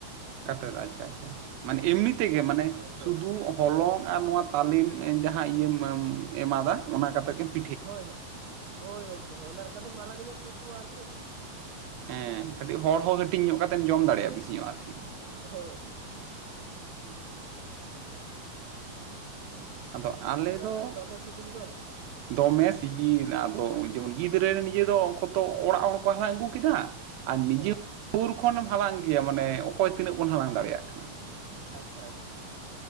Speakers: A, on the right; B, on the right.
A: ᱠᱟᱛᱮᱫ ᱟᱪᱪᱷᱟ ᱟᱪᱪᱷᱟ ᱢᱟᱱᱮ ᱮᱢᱱᱤ ᱛᱮᱜᱮ ᱢᱟᱱᱮ
B: ᱦᱳᱭ ᱦᱳᱭ
A: ᱥᱩᱫᱩ ᱦᱚᱞᱚᱝ ᱟᱨ ᱱᱚᱣᱟ ᱛᱟᱞᱮᱢ ᱡᱟᱦᱟᱸ ᱤᱭᱟᱹᱢ ᱮᱢᱟᱫᱟ ᱚᱱᱟ ᱠᱟᱛᱮᱫ ᱜᱮ ᱾
B: ᱦᱳᱭ ᱦᱳ ᱦᱳᱭ ᱜᱚᱢᱠᱮ ᱦᱳᱭ ᱚᱱᱟ ᱞᱮᱠᱟ ᱫᱚ ᱢᱟᱨᱟᱝ ᱧᱚᱜ ᱡᱩᱛᱩᱜᱼᱟ ᱟᱨ ᱪᱮᱫ
A: ᱦᱮᱸ ᱠᱟᱹᱴᱤᱡ ᱦᱚᱲ ᱦᱚᱸ ᱦᱟᱹᱴᱤᱧ ᱧᱚᱜ ᱠᱟᱛᱮᱢ ᱡᱚᱢ ᱫᱟᱲᱮᱭᱟᱜᱼᱟ ᱵᱮᱥᱤ ᱧᱚᱜ ᱟᱨᱠᱤ
B: ᱦᱳᱭ ᱦᱳᱭ
A: <inaudible> ᱟᱫᱚ ᱟᱞᱮ
B: ᱟᱨ
A: ᱫᱚ
B: ᱫᱚᱢᱮ ᱥᱤᱵᱤᱞ ᱫᱚ
A: ᱫᱚᱢᱮ ᱥᱤᱵᱤᱞ ᱟᱫᱚ ᱡᱮᱢᱚᱱ ᱜᱤᱫᱽᱨᱟᱹ ᱱᱤᱡᱮ ᱫᱚ ᱠᱚᱛᱚ ᱚᱲᱟᱜ ᱦᱚᱲ ᱠᱚ ᱦᱟᱞᱟᱝ ᱟᱹᱜᱩ ᱠᱮᱫᱟ ᱾ ᱟᱨ ᱱᱤᱡᱮ
B: ᱦᱳᱭ
A: ᱥᱳᱨ ᱠᱷᱚᱱ ᱮᱢ ᱦᱟᱞᱟᱝ ᱜᱮᱭᱟ ᱢᱟᱱᱮ ᱚᱠᱚᱭ ᱛᱤᱱᱟᱹᱜ ᱵᱚᱱ ᱦᱟᱞᱟᱝ ᱫᱟᱲᱮᱭᱟᱜ ᱠᱟᱱᱟ ᱾
B: ᱟᱪᱪᱷᱟ ᱟᱪᱪᱷᱟ